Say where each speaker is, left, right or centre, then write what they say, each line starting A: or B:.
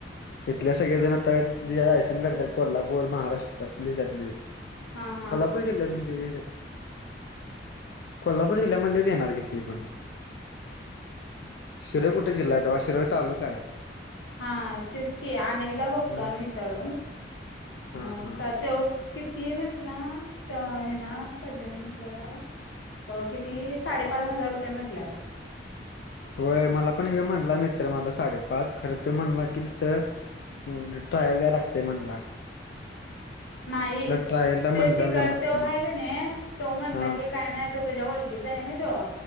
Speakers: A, on the left; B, on the left.
A: इथले सगळें जणं आंता जे लायसन्स काढतांत कोल्हापूर महाराष्ट्र पिसातले
B: हां हां
A: बघीतले जिल्ह म्हणजे कोल्हापूर जिल्ह्यांमध्येंचं येणारं किती आपणं शिरोय कुठे जिल्हा आहे ते शिरई तालुका आहे
B: हां तेचं की अनेकदां बघतो
A: हा
B: आणि विचारूंन
A: हा
B: मंग
A: हा
B: ते किती म्हटलं हे नां पजन म्हंटलेला अं किती साडेपाच हजांर रुपये म्हंटल्यांला
A: होयं मलां पणं हे म्हंणटंला मित्रं माझां साडेपाच खरं तो म्हंणला की तिचं ट्रायलं द्याय लागते म्हनलां
B: नाहीं
A: ट्रायलला म्हणलं
B: ते तो
A: जमत
B: करते
A: नाही
B: आहे
A: म्हणलं
B: की नाहीं तो म्हटलं
A: हा
B: की कायं नाहीं तो तुझ्यां ओळखीचा आहे नां तो